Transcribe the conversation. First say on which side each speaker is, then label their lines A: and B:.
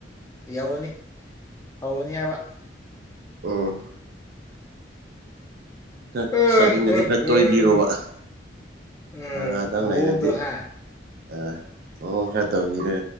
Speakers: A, on the left; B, on the right.
A: ꯌꯥꯎꯅꯤ ꯍꯧꯅꯤ ꯍꯥꯏꯕ
B: ꯎꯝ ꯈꯔ
A: ꯎꯝ
B: ꯆꯔꯇꯤꯡꯗꯗꯤ
A: ꯎꯝ
B: ꯈꯔ
A: ꯎꯝ
B: ꯇꯣꯏꯕꯤꯔꯣꯕ
A: ꯎꯝ
B: ꯑ ꯉꯥꯏꯍꯥꯛꯇꯪ
A: ꯃꯑꯣꯡꯗꯣ
B: ꯂꯩꯔꯗꯤ
A: ꯍꯥ
B: ꯑ ꯃꯑꯣꯡ ꯈꯔ ꯇꯧꯕꯤꯔꯦ